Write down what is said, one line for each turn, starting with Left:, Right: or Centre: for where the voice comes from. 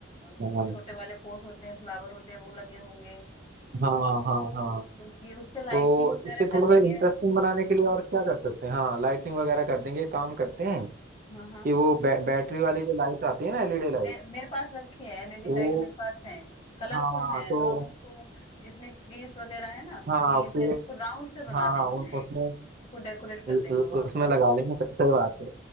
Left: अ,
Right: हाँ
Left: छोटे वाले पॉट होते हैं फ्लावर होते हैं वो लगे होंगे
Right: हाँ हाँ हाँ
Left: तो ये उस पे लाइटनिंग
Right: तो
Left: वगैरह
Right: इसे
Left: कर
Right: थोड़ा
Left: देंगे
Right: सा इंटरेस्टिंग
Left: हम
Right: बनाने के लिए और क्या कर सकते हैं हाँ लाइटिंग वगैरह कर देंगे एक काम करते हैं
Left: हाँ हाँ
Right: कि वो बै, बैटरी वाली जो लाइट आती है ना एलईडी लाइट
Left: मेरे मेरे पास रखी है एलईडी
Right: वो
Left: लाइट मेरे पास है कलरफुल
Right: हाँ
Left: में है
Right: तो
Left: तो हम उसको जितने ट्रीज वगैरह है ना
Right: हाँ
Left: ट्रीज
Right: पेड़
Left: है उसको राउंड से बना
Right: हाँ
Left: लेंगे
Right: हाँ उन,
Left: ना
Right: उसमें
Left: एक उनको डेकोरेट कर
Right: उ-
Left: देंगे
Right: उ-
Left: वहां
Right: उसमें
Left: पर
Right: लगा देंगे सही सही बात है